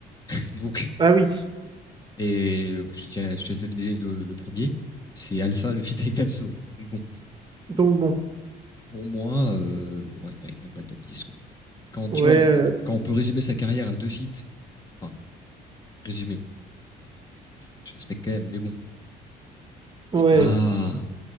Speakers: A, on the left; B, on the right.
A: <laughs> Donc,
B: Ah oui
A: et euh, je te dirais, je te laisse deviner le, le premier. C'est Alpha, le feat avec Damso. Donc bon,
B: donc bon
A: pour moi, euh, bon, il mérite même pas le top dix. quoi. Quand, tu
B: ouais
A: vois,
B: euh,
A: on, quand on peut résumer sa carrière à deux feats, enfin, résumer, je, je respecte quand même, mais bon, c'est
B: ouais
A: pas,